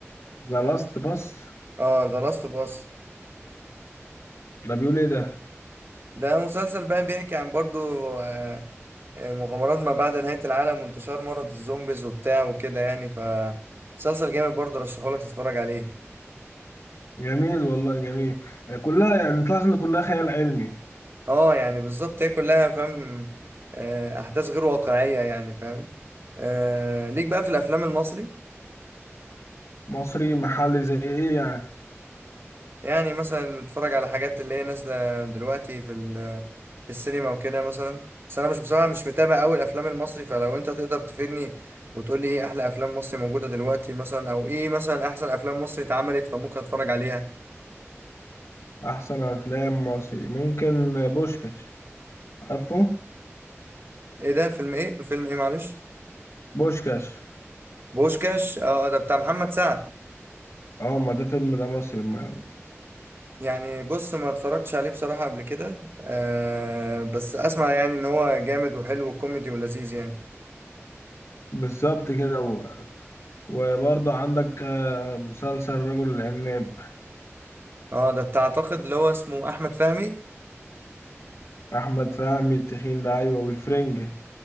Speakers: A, on the left; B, on the right.
A: ذا لاست باس
B: اه The Last of Us
A: ده بيقول ايه ده
B: ده مسلسل بقى بيحكي عن برضو آه، آه، مغامرات ما بعد نهاية العالم وانتشار مرض الزومبيز وبتاع وكده يعني ف مسلسل جامد برضو رشحهولك تتفرج عليه
A: جميل والله جميل آه، كلها يعني تلاحظ ان كلها خيال علمي
B: اه يعني بالظبط هي كلها فاهم آه، احداث غير واقعيه يعني فاهم آه، ليك بقى في الافلام المصري
A: مصري محلي زي ايه يعني
B: يعني مثلا نتفرج على حاجات اللي هي نازله دلوقتي في ال- في السينما وكده مثلا بس انا مش بصراحه مش متابع قوي الافلام المصري فلو انت تقدر تفيدني وتقول لي ايه احلى افلام مصري موجوده دلوقتي مثلا او ايه مثلا احسن افلام مصري اتعملت فممكن اتفرج عليها
A: احسن افلام مصري ممكن آه، بوشكاش عارفه
B: ايه ده فيلم ايه فيلم ايه معلش
A: بوشكاش
B: بوشكاش اه ده بتاع محمد سعد
A: اه ما ده فيلم ده مصري ما
B: يعني بص ما اتفرجتش عليه بصراحة قبل كده آه بس اسمع يعني ان هو جامد وحلو وكوميدي ولذيذ يعني
A: بالظبط كده و... وبرضه عندك آه، مسلسل رجل العناب
B: اه ده بتاع اعتقد اللي هو اسمه احمد فهمي
A: احمد فهمي التخين ده ايوه والفرنج